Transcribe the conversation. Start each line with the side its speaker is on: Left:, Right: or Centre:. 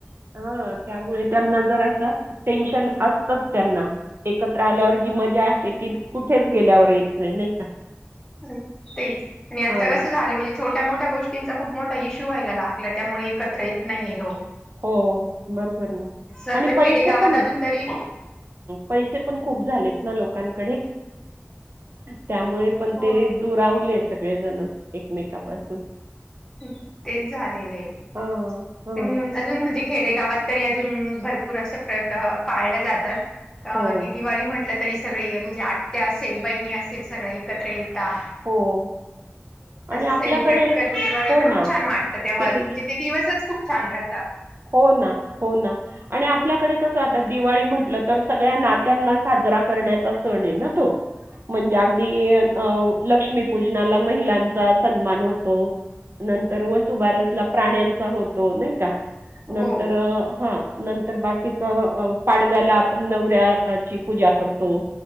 Right: आ्हा त्यामुळे त्यांना जरा असं टेन्शन असतच त्यांना, एकत्र आल्यावर जी मजा आहे ती कुठेच गेल्यावर येत नाही नाही का.
Left: <inaudible> तेच आणि आता
Right: हां.
Left: कसं झालं म्हणजे छोट्या मोठ्या गोष्टींचा खूप मोठ इश्यू व्हायला लागलं त्यामुळे एकत्र येत नाहीये लोक.
Right: हो बरोबर ना
Left: सत
Right: आणि पैसे
Left: खेडेगावात
Right: पण
Left: अजून तरी
Right: पैसे पण खूप झालेत ना लोक कांकडे. त्यामुळे पण
Left: हो
Right: ते दुरावले. सगळे जण एकमेकापासून
Left: तेच झालेलं आहे
Right: हां. हां.
Left: पण अजून म्हणजे खेडेगावात तरी अजून भरपूर असं प्रता पाळला जात तात
Right: हो,
Left: दिवाळी म्हटल तरी सगळे म्हणजे आत्त्या असेल बहिणी असेल सगळ्या एकत्र येणं.
Right: हो. आणि आपल्याकडे
Left: सेलिब्रेट कर दिवाळी
Right: हो
Left: खूप
Right: ना.
Left: छान वातते तेव्हा
Right: किती
Left: म्हणजे ते दिवसच खूप छान राहत.
Right: हो ना हो ना आणि आपल्याकडे कसं आत दिवाळी म्हटलं तर सगळ्या नात्यांना साजरा करण्याचा सण आहे ना तो म्हणजे अगदी लक्ष्मीपूजनाला महिलांचा सन्मान होतो नंतर वसुबारसला प्राण्यांचा होतो. नाही का! नंतर
Left: हो
Right: हा नंतर बाकीच पाडव्याला आपण नवऱ्याची पूजा करतो.